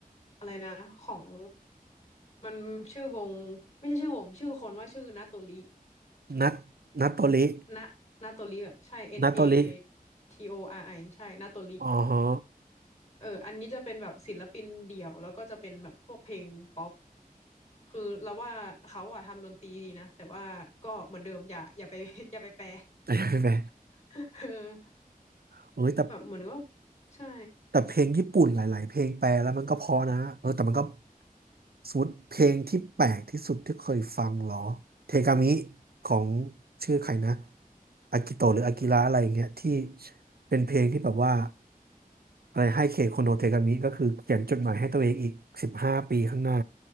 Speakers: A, on the left (about 50°); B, on the right (about 80°).
A: อะไรนะ ของมันชื่อวงไม่ใช่ชื่อวงชื่อคนว่าชื่อนาโตริ
B: นัดนัดโตริ
A: นะนาโตริแบบใช่ N
B: นัดโตริ
A: A T O R I ใช่ นาโตริ
B: อ๋อฮะ
A: เอออันนี้จะเป็นแบบศิลปินเดี่ยวแล้วก็จะเป็นแบบพวกเพลงป๊อปคือเราว่าเขาอะทำดนตรีดีนะแต่ว่าก็เหมือนเดิมอย่าอย่าไป <laughs> อย่าไปแปล
B: <laughs> ใช่ไหม
A: <laughs> เออ
B: โอ้ยแต่
A: แบบเหมือนก็ใช่
B: แต่เพลงญี่ปุ่นหลายๆเพลงแปลแล้วมันก็เพอนะเออแต่มันก็สมมติเพลงที่แปลกที่สุดที่เคยฟังเหรอเทกามิของชื่อใครนะอากิโตะหรืออากิระอะไรอย่างเงี้ยที่เป็นเพลงที่แบบว่าอะไรให้เคโคโนเทกามิก็คือเขียนจดหมายให้ตัวเองอีกสิบห้าปีข้างหน้า